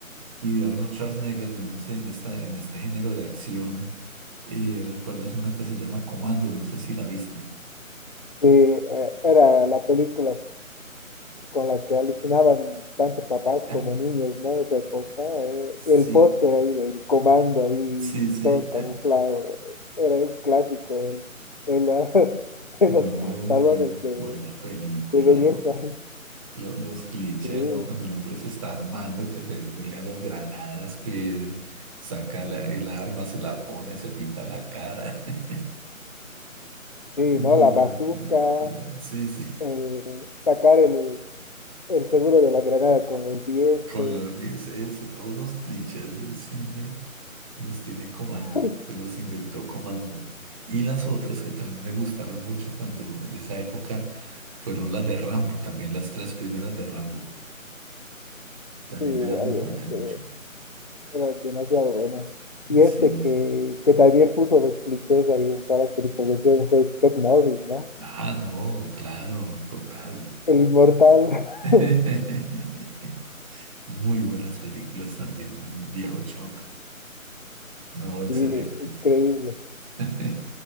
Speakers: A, on the right (about 25°); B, on the left (about 35°).
A: Y de Arnold Schwarzenegger, yo no sé, en esta, en este género de acción, eh, ¿recuerdas una que se llama Comando? No sé si la viste.
B: Sí, eh, era la película con la que alucinaban tanto papás
A: <laughs>
B: como niños, ¿no? De esa época. eh,
A: Sí,
B: el póster ahí del comando ahí,
A: sí, sí.
B: todo camuflado, era un clásico en, en la- <laughs>
A: No,
B: en los
A: muy
B: salones de,
A: buena película,
B: de belleza.
A: hombre. lo- los clichés,
B: Sí,
A: ¿no? Cuando el hombre se está armando, que se cuelga las granadas, que saca la- el arma, se la pone, se pinta la cara. <laughs>
B: sí,
A: Muy
B: ¿no? La
A: buena
B: bazuca,
A: película, sí, sí.
B: el sacar el, el seguro de la granada con los dientes.
A: <laughs> Con los 10, eso, todos los clichés del cine los tiene Comando,
B: <laughs>
A: se los inventó Comando. Y las otras que también me gustaron mucho cuando en esa época fueron las de Rambo, también las tres primeras de Rambo. También
B: Sí,
A: me las disfruté
B: obviamente.
A: mucho.
B: Era demasiado bueno. Y este
A: Sí,
B: que,
A: sí.
B: que también puso los clichés ahí en todas las películas de acción fue Chuck Norris, ¿no?
A: Ah, no, claro, total.
B: El inmortal.
A: <laughs>
B: <laughs>
A: Muy buenas películas también, el viejo Chuck. No, excelentes.
B: Sí, increíble,
A: <laughs>